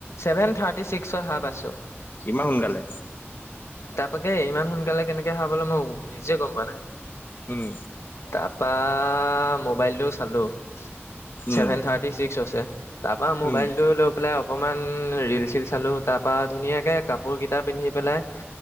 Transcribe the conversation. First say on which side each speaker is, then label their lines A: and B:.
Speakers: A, on the left (about 80°); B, on the left (about 50°).
A: চেভেন থাৰটি ছিক্সত সাৰ পাইছোঁ।
B: ইমান সোনকালে
A: তাকেই ইমান সোনকালে কেনেকৈ সাৰ পালোঁ মই নিজে গম পোৱা নাই।
B: উম
A: তাৰপৰা মোবাইলটো চালোঁ ছেভেন
B: উম,
A: থাৰ্টি ছিক্স হৈছে। তাৰ পৰা মোবাইলটো
B: উম,
A: লৈ পেলাই অকণমান ৰিল চীল চালোঁ তাৰপৰা ধুনীয়াকৈ কাপোৰকেইটা পিন্ধি পেলাই